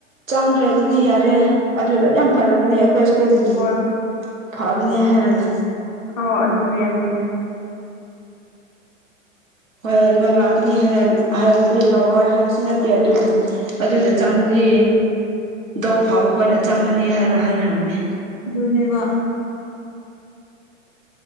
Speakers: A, on the right (about 80°); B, on the left (about 30°).
A: ꯆꯥꯡꯈ꯭ꯔꯦ ꯑꯗꯨꯗꯤ ꯌꯥꯔꯦ ꯑꯗꯨꯗ ꯌꯥꯝ ꯐꯔꯕꯅꯦ ꯍꯣꯏ ꯁ꯭ꯀꯨꯜꯗꯒꯤ
B: ꯍꯣꯏ
A: ꯐꯕꯅꯦ ꯍꯥꯏꯔꯒ
B: ꯑꯣ ꯑꯗꯨꯅꯦ ꯑꯗꯨꯅꯦ
A: ꯍꯣꯏ ꯅꯣꯏ ꯂꯥꯛꯀꯅꯤ ꯍꯥꯏꯔꯗꯤ ꯂꯧꯔꯣꯏ ꯍꯥꯏꯕꯁꯨ ꯅꯠꯇꯦ ꯑꯗꯨꯕꯨ ꯑꯗꯨꯗ ꯆꯪꯕꯗꯤ ꯗꯧ ꯐꯥꯕ ꯈꯣꯏꯅ ꯆꯪꯕꯅꯤ ꯍꯥꯏꯔ ꯍꯥꯏꯈ꯭ꯔꯕꯅꯦ
B: ꯗꯨꯅꯦꯕ